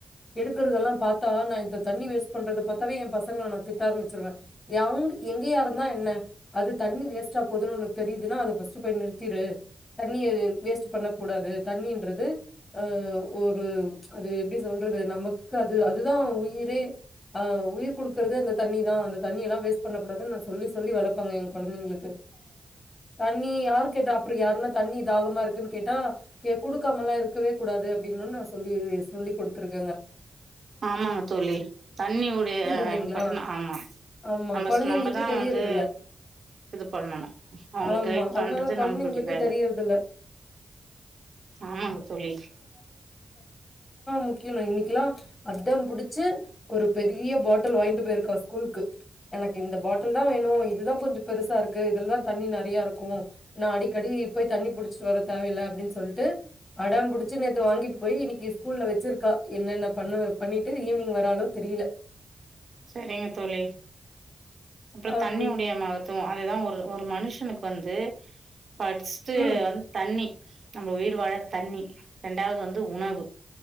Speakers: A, on the left (about 40°); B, on the right (about 60°).
A: எடுக்கறதெல்லா பாத்தா நா இந்த தண்ணி வேஸ்ட் பண்றது பார்த்தாவே எ பசங்களை நா திட்ட ஆம்பிச்சிருவேன்ங்க எவங் எங்கயா நா என்ன அது தண்ணி வேஸ்ட் போகுதுக்கு தெரியதுனா அது ஃபர்ஸ்ட் போய் நிறு திரு தண்ணி வேஸ்ட் பண்ணக்கூடாது தண்ணின்றதே ஆ ஒரு அது எப்படி சொல்றது நமக்குத அதுதா உயிரே ஆ உயிர் கொடுக்குறது அந்த தண்ணி தா அந்த தண்ணி எல்லா வேஸ்ட் பண்ணக்கூடாது சொல்லி சொல்லி வளர்பங்க கொழந்தைங்களுக்கு தண்ணி யாரு கேட்ட அறம் யாருன தண்ணி தாகம இருக்குன்னு கேட்டா கொடு கொடுக்காமலா இருக்கவே கூடாது அப்படின்னு நா சொல்லே சொல்லி கொடுத்துருக்கங்க
B: ஆமாங்க தோழி தண்ணியுடைய
A: இல்லைங்களா?
B: இம்பார்ட்டன் ஆமா
A: ஆமா.
B: நம்ம
A: கொழந்தைங்களுக்கு
B: நம்மதான்
A: தெரியறதில்ல.
B: வந்து இது பண்ணணும் அவங்க
A: ஆமா.
B: கைட் பண்றது
A: அதனால கொழந்தைங்களுக்கு
B: நம்மளுடைய வேலை
A: தெரியறதில்ல.
B: ஆமாங்க தோழி
A: முக்கியம் இன்னைக்குெல்லாம் அடம் புடிச்சு ஒரு பெ பெரிய பாட்டில் வாங்கிட்டு போயிருக்கா ஸ்கூலுக்கு எனக்கு இந்த பாட்டில் தான் வேணும் இதுதான் கொஞ்சம் பெருசா இருக்கு இதுல தான் தண்ணி நிறையா இருக்கும் நான் அடிக்கடி போய் தண்ணி புிடிச்சிட்டு வர தேவையில்லை அப்படின்னு சொல்லிட்டு அடம் பிடிச்சு நேற்று வாங்கிட்டு போய் இன்னைக்கு ஸ்கூல்ல வச்சிருக்கா என்னென்ன பண்றா பண்ணிட்டு ஈவினிங் வரானு தெரியல
B: செரிங்க தோழி அப்புறம்
A: அம்
B: தண்ணி முடியமாகத்தும் அதுதான் ஒரு ஒரு மனுஷனுக்கு வந்து பர்ஸ்ட்டு
A: ம்
B: வந்து தண்ணி நம்ம உயிர் வாழ தண்ணி இரண்டாவது வந்து உணவு